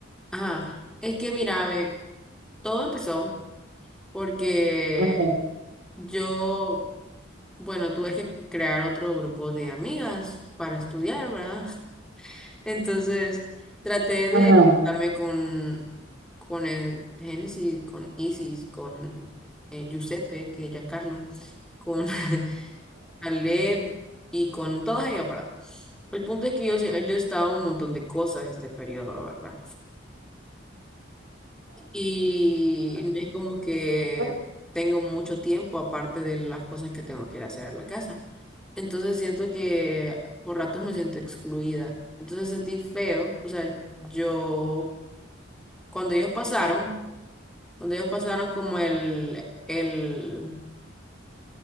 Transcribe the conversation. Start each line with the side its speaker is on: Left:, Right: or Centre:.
Centre: ajá, es que mira, ve, todo empezó. porque
Right: Ajá.
Centre: yo, bueno, tuve que crear otro grupo de amigas para estudiar, ¿verdad? <laughs> Entonces, traté de
Right: Ajá.
Centre: juntarme con, con el Génesis, con Isis, con eh, Giuseppe, que es Giancarlo, con <laughs> Caleb y con todas ellas, ¿verdad? El punto es que yo, sie- yo estaba en un montón de cosas este periodo, ¿verdad? Y no es como que
Right: Ajá.
Centre: tengo mucho tiempo aparte de las cosas que tengo que ir a hacer en la casa. Entonces siento que por ratos me siento excluida. Entonces sentí feo. O sea, yo, cuando ellos pasaron, cuando ellos pasaron como el, el